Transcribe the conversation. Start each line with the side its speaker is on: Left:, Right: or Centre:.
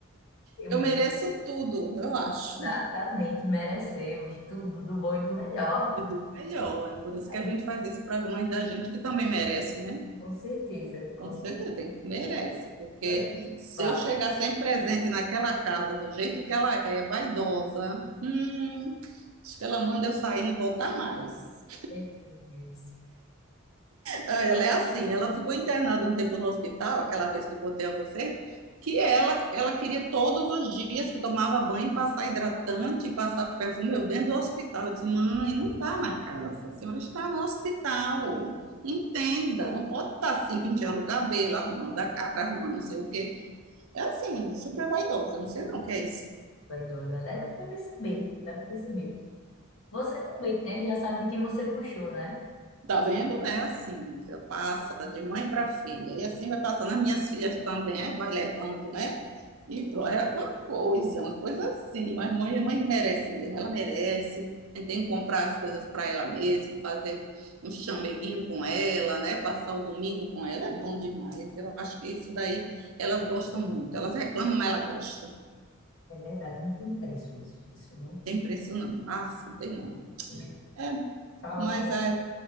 Left: Eu
Right: Eu
Left: me
Right: mereço tudo, eu acho.
Left: Exatamente, merecemos tudo do bom e do melhor.
Right: E do melhor. É por isso que
Left: A gente,
Right: a gente faz isso para as mães da gente que também merece, né?
Left: com certeza, com
Right: Com certeza,
Left: certeza.
Right: tem, que merece, porque
Left: A gente
Right: se
Left: vai.
Right: eu chegar sem presente naquela casa, do jeito que ela é, vaidosa, hum, acho que ela manda eu sair e não voltar mais.
Left: Eita, Deus,
Right: Ah, Ela é assim, ela ficou internada um tempo no hospital, aquela vez que eu contei a você, que ela, ela queria todos os dias que tomava banho passar hidratante, passar perfume, eu dentro do hospital. Eu disse, mãe, não está na casa, a senhora está no hospital. Entenda, não pode estar assim penteando o cabelo, arrumando a cara, arrumando não sei o quê. É assim, super vaidosa, não sei não o que é isso.
Left: vaidosa. Aliás, Dá pra perceber, dá pra perceber. Você também, né? Já sabe de quem você puxou, né?
Right: Tá vendo? É assim, você passa de mãe para filha, e assim vai passando. As minhas filhas também, é, vai levando, né? E pronto, é uma coisa, uma coisa assim, mas mãe, mãe merece mesmo, ela merece. A gente tem que comprar as coisas para ela mesmo, fazer um chameguinho com ela, né? Passar o domingo com ela, é bom demais. Eu acho que isso daí elas gostam muito. Elas reclamam, mas ela gosta.
Left: É verdade, não tem preço isso. Isso não tem.
Right: Tem preço não. Ah, não tem não.
Left: eu
Right: É,
Left: tava
Right: mas
Left: falando,
Right: a